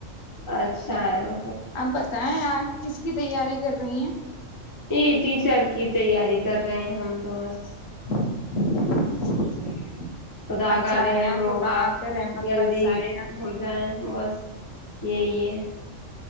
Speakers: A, on the left; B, on the left.
A: اچھا رو
B: اپ بتیں آپ کس کی تیاری کر رہی ہیں
A: یہ ٹیچر کی تیاری کر رہے ہیں ہم تو بس
B: <inaudible>
A: خداخر
B: اچھا
A: رحم
B: ہے خدا
A: ہوگا
B: آپ پہ رحمت
A: جلدی
B: برسائے
A: ہو جائے بس یہی ہے